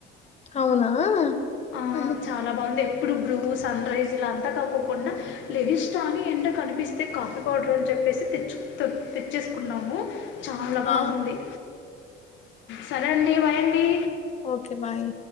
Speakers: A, on the left (about 35°); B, on the left (about 70°).
A: అవునా
B: ఆహ్
A: ఆ
B: చాలా బాగుందీ ఎప్ ఇప్పుడు బ్రూ సన్ రైజ్ ఇలా అంతా కాకోకుండా లేవిష్ట అని ఎంట కనిపిస్తే కాఫీ పౌడర్ అని చెప్ చెప్పేసి తెచ్చు తె తెచ్చేసుకున్నాము చాలా బాగుంది
A: ఆ
B: సరే అండి బైయండి
A: ఒకె బాయ్